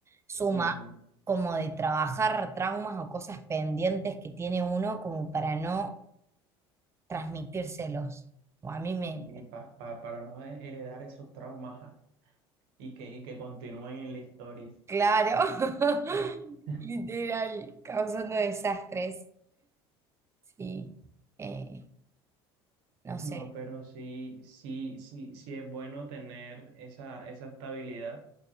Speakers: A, on the right (about 20°); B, on the right (about 75°).
A: suma
B: Ujú.
A: como de trabajar traumas o cosas pendientes que tiene uno como para no transmitírselos. O a mí me,
B: Y
A: me-
B: pa- pa- para no heredar esos traumas. y que, y que continúen en la historia.
A: claro, <laughs>
B: <laughs>
A: literal, causando desastres. Sí, eh, no
B: No,
A: sé.
B: pero sí, sí, sí, sí es bueno tener esa, esa estabilidad,